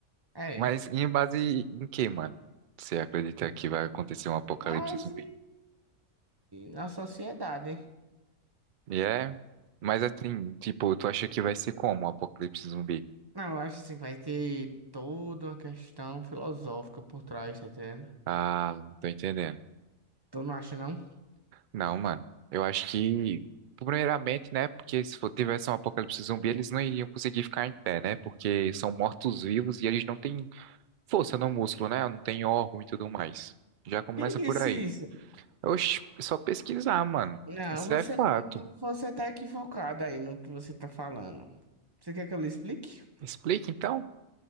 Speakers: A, on the right; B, on the right.
A: É.
B: Mas em base em que, mano? Você acredita que vai acontecer um apocalipse
A: Base
B: zumbi?
A: na sociedade.
B: E é? Mas assim, tipo, tu acha que vai ser como um apocalipse zumbi?
A: Não, eu acho assim, vai ter toda uma questão filosófica por trás, tá entendendo?
B: Ah, tô entendendo.
A: Tu não acha, não?
B: Não, mano. Eu acho que, primeiramente, né? Porque se for- tivesse um apocalipse zumbi, eles não iriam conseguir ficar em pé, né? Porque são mortos-vivos e eles não têm força no músculo, né? Não tem órgão e tudo mais. Já começa
A: Quem disse
B: por aí.
A: isso?
B: Oxi, é só pesquisar, mano.
A: Não,
B: Isso
A: você,
B: é fato.
A: você tá equivocado aí no que você tá falando. Você quer que eu lhe explique?
B: Explica então.